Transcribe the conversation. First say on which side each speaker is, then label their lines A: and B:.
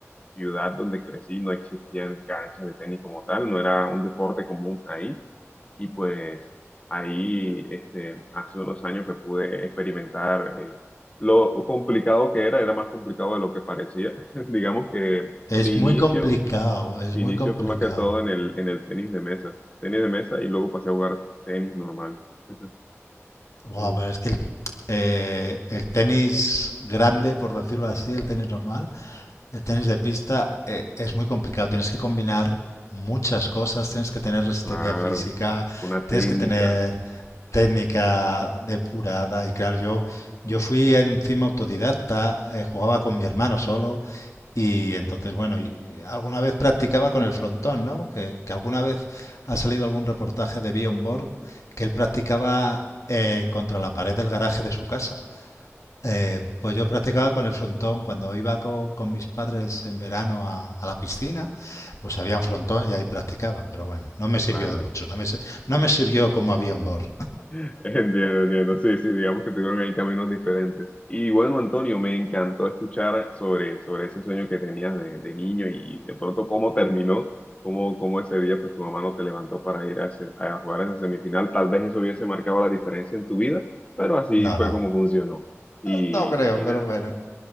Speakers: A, on the left; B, on the left.
A: ciudad donde crecí no existían canchas de tenis como tal, no era un deporte común ahí y pues ahí este, hace unos años que pude experimentar eh, lo complicado que era, era más complicado de lo que parecía. <laughs> Digamos que
B: es
A: mi
B: muy
A: inicio
B: complicado, es
A: mi
B: muy
A: inicio
B: complicado.
A: fue más que todo en el, en el tenis de mesa. Tenis de mesa y luego pasé a jugar tenis normal. <laughs>
B: Wow,
A: Sí,
B: pero es que el, eh, el tenis grande, por decirlo así, el tenis normal, El tenis de pista eh, es muy complicado, tienes que combinar muchas cosas, tienes que tener resistencia
A: claro.
B: física,
A: Una
B: tienes
A: técnica.
B: que tener técnica depurada y claro, yo, yo fui encima autodidacta, eh, jugaba con mi hermano solo y entonces, bueno, y, y alguna vez practicaba con el frontón, ¿no? Que, que alguna vez ha salido algún reportaje de Bjorn Borg que él practicaba eh, contra la pared del garaje de su casa. Eh, pues yo practicaba con el frontón. Cuando iba co- con, mis padres en verano a, a la piscina, pues había un frontón y ahí practicaba. Pero bueno, no me sirvió
A: Claro.
B: de mucho. No me, se- no me sirvió como avión board.
A: <laughs> Entiendo, entiendo. Sí, sí, digamos que tuvieron ahí caminos diferentes. Y bueno, Antonio, me encantó escuchar sobre, sobre ese sueño que tenías de, de niño y de pronto cómo terminó, cómo, cómo ese día pues tu mamá no te levantó para ir a, ese- a jugar esa semifinal. Tal vez eso hubiese marcado la diferencia en tu vida, pero así
B: No,
A: fue
B: no.
A: como funcionó. Y,
B: No creo,
A: y
B: pero
A: nada.
B: bueno.